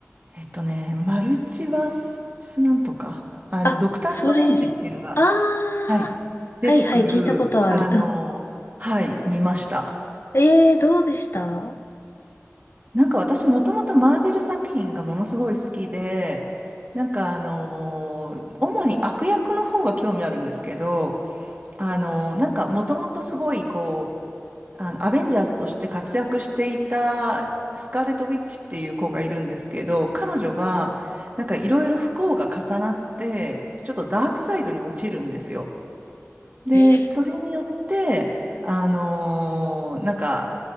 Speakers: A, on the right; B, on the left.
A: ーえっとね、マルチバス、スなんとか、あの、
B: あ、
A: ドクター・
B: それ、
A: ストレンジっていうのが、
B: ああ、
A: はい、出てくる、
B: はいはい、聞いたことある。
A: あのーはい、
B: うん。
A: 見ました。
B: えー、どうでした
A: なんか私、もともとマーベル作品がものすごい好きで、なんかあのー主に悪役の方が興味あるんですけど、あの、なんかもともとすごいこうあの、アベンジャーズとして活躍していたスカーレット・ウィッチっていう子がいるんですけど、彼女がなんかいろいろ不幸が重なって、ちょっとダークサイドに落ちるんですよ。で、
B: えー
A: それによって、あのーなんか、